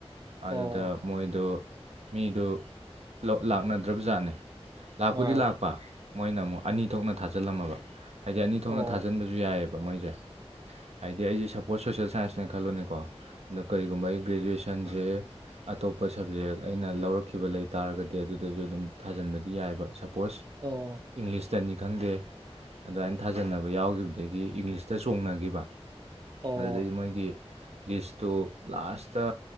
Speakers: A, on the right; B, on the right.
A: ꯑꯗꯨꯗ
B: ꯑꯣ
A: ꯃꯣꯏꯗ ꯃꯤꯗꯨ ꯂꯥꯛꯅꯗ꯭ꯔꯕꯖꯥꯠꯅꯤ ꯂꯥꯛꯄꯨꯗꯤ
B: ꯑꯥ
A: ꯂꯥꯛꯄ ꯃꯣꯏꯅ ꯑꯃꯨꯛ ꯑꯅꯤ ꯊꯣꯛꯅ ꯊꯥꯖꯤꯜꯂꯝꯃꯕ ꯍꯥꯏꯗꯤ ꯑꯅꯤ ꯊꯣꯛꯅ
B: ꯑꯣ
A: ꯊꯥꯖꯟꯕ ꯁꯨ ꯌꯥꯏꯑꯕ ꯃꯣꯏꯁꯦ ꯍꯥꯏꯗꯤ ꯑꯩꯁꯦ ꯁꯄꯣꯁ ꯁꯣꯁꯦꯜ ꯁꯥꯏꯟꯁꯅꯦꯅ ꯈꯜꯂꯨꯅꯤꯀꯣ ꯑꯗꯣ ꯀꯔꯤꯒꯨꯝꯕ ꯑꯩ ꯒ꯭ꯔꯦꯖꯨꯌꯦꯁꯟ ꯁꯦ ꯑꯇꯣꯞꯄ ꯁꯕꯖꯦꯛ ꯑꯩꯅ ꯂꯧꯔꯛꯈꯤꯕ ꯂꯩ ꯇꯥꯔꯒꯗꯤ ꯑꯗꯨꯗꯁꯨ ꯑꯗꯨꯝ ꯊꯥꯖꯤꯟꯕꯗꯤ ꯌꯥꯏꯕ ꯁꯄꯣꯁ
B: ꯑꯣ
A: ꯏꯪꯂꯤꯁ ꯇꯅꯤ ꯈꯪꯗꯦ ꯑꯗꯨꯃꯥꯏꯅ ꯊꯥꯖꯅꯕ ꯌꯥꯎꯈꯤꯕꯗꯒꯤ ꯏꯪꯂꯤꯁꯇ ꯆꯣꯡꯅꯈꯤꯕ
B: ꯑꯣ
A: ꯑꯗꯨꯗꯒꯤ ꯃꯣꯏꯒꯤ ꯂꯤꯁꯇꯨ ꯂꯥꯁꯇ